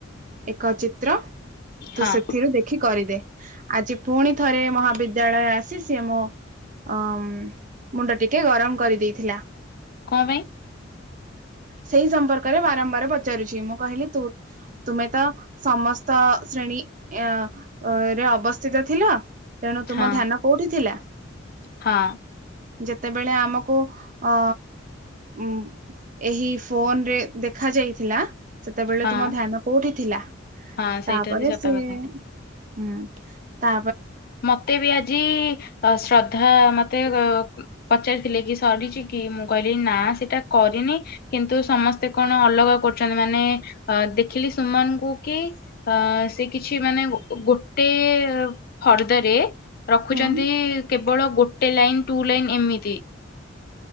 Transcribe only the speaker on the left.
ହଁ
କଁ ପାଇଁ?
ହଁ
ହଁ।
ହଁ
ହଁ ସେଇଟା
ବି ସତ
କଥା
ମତେ ବି ଆଜି ଶ୍ରଦ୍ଧା ମତେ ପଚାରିଥିଲେ କି ସରିଛି କି ମୁଁ କହିଲି ନା ସେଟା କରିନି। କିନ୍ତୁ ସମସ୍ତେ କଣ ଅଲଗା କରୁଛନ୍ତି। ମାନେ ଦେଖିଲି ସୁମନ୍ କୁ କି ଆ ସେ କିଛି ମାନେ ଗୋଟେ ଫର୍ଦରେ ରଖୁଛନ୍ତି
କେବଳ ଗୋଟେ ଲାଇନ୍ ଟୁ ଲାଇନ୍ ଏମିତି।